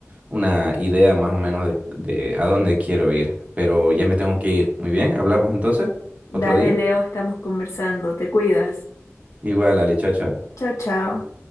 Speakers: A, on the right (about 25°); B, on the left (about 80°).
A: una idea más o menos de, de a dónde quiero ir. Pero ya me tengo que ir. Muy bien, hablamos entonces
B: Dale,
A: otro día.
B: Leo, estamos conversando. Te cuidas.
A: Igual, Ale, chao, chao.
B: Chao, chao.